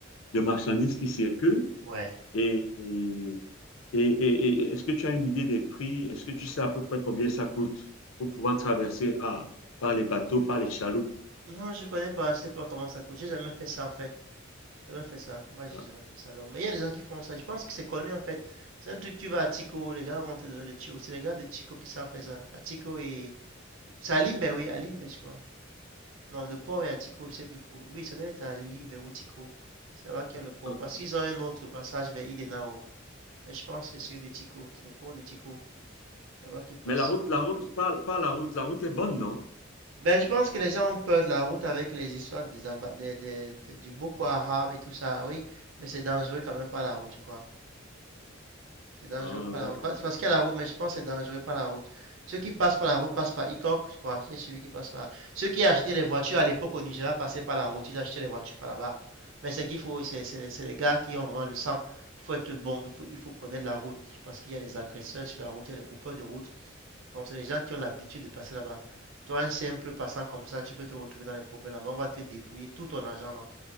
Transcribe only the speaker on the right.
ouais.
Non, je connais pas, je sais pas comment ça coûte. J'ai jamais fait ça en fait. J'ai jamais fait ça. Moi, j'ai
jamais fait ça. Donc, mais il y a des gens qui font ça. Je pense que c'est connu en fait. C'est un truc, tu vas à Tico, les gars vont te donner le tuyau. C'est les gars de Tico qui savent faire ça. À Tico et. C'est à Limbe, oui, à Limbe, je crois. Non, le port est à Tico, je sais plus quoi. Oui, ça doit être à Limbe ou Tico. C'est là-bas qu'il y a le port.
Parce qu'ils ont un autre passage vers Idenao. Mais je pense que c'est celui de Tico. C'est le port de Tico. C'est là-bas qu'il passe.
Ben, je pense que les gens ont peur de la route avec les histoires des, amba- des- des- des- du Boko Haram et tout ça, oui, mais c'est dangereux quand même pas la route, tu crois. C'est dangereux
pas la
route. Pas- C'est parce qu'il y a la route, mais je pense que c'est dangereux pas la route. Ceux qui passent par la route passent par Ikok, je crois. J'ai suivi qui passent par. Ceux qui achetaient les voitures à l'époque au Nigeria passaient par la route, ils achetaient les voitures par là-bas. Mais c'est qu'il faut, c'est c'est- c'est les gars qui ont vraiment le sang. Il faut être bon, il faut, il faut connaître la route, parce qu'il y a des agresseurs sur la route, il y a des coupeurs de route. Donc, c'est les gens qui ont l'habitude de passer là-bas. Toi, un simple passant comme ça, tu peux te retrouver dans les problèmes là-bas. On va te dépouiller tout ton argent. Donc,